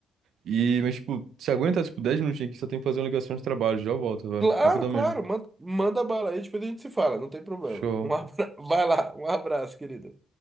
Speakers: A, on the right; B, on the right.
A: E, mas, tipo, se aguenta, tipo, 10 minutinhos aqui, só tenho que fazer uma ligação de trabalho. Já eu volto, velho.
B: Não, claro,
A: Rapidão
B: claro,
A: mesmo.
B: manda, manda bala aí, depois a gente se fala, não tem problema.
A: Show.
B: Um abra... <laughs> Vai lá, um abraço, querido.